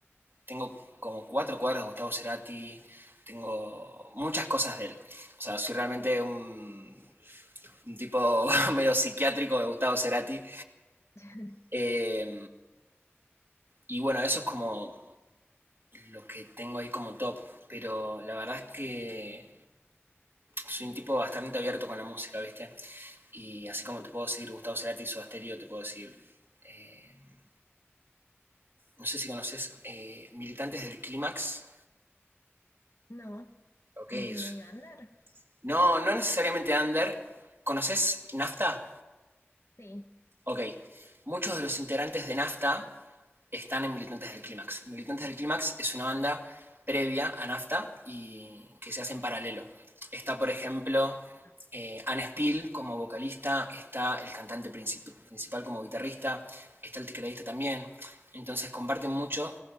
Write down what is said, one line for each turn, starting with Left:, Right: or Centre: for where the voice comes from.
Right: tengo como cuatro cuadros de Gustavo Cerati, tengo muchas cosas de él. O sea, soy realmente un, un tipo <laughs> medio psiquiátrico de Gustavo Cerati.
Left: <laughs>
Right: Eh, y bueno, eso es como los que tengo ahí como top. Pero la verdad es que soy un tipo bastante abierto con la música, ¿viste? Y así como te puedo decir Gustavo Cerati o Asterio, te puedo decir. eh, no sé si conoces eh, Militantes del Clímax.
Left: No,
Right: Ok,
Left: es
Right: es-
Left: medio under.
Right: No, no necesariamente Under. ¿Conoces Nafta?
Left: Sí.
Right: Ok. Muchos de los integrantes de Nafta están en Militantes del Clímax. Militantes del Clímax es una banda previa a Nafta y que se hace en paralelo. Está, por ejemplo,
Left: Ah,
Right: eh, Anne Spill como vocalista, está el cantante princip- principal como guitarrista, está el tecladista también. Entonces comparten mucho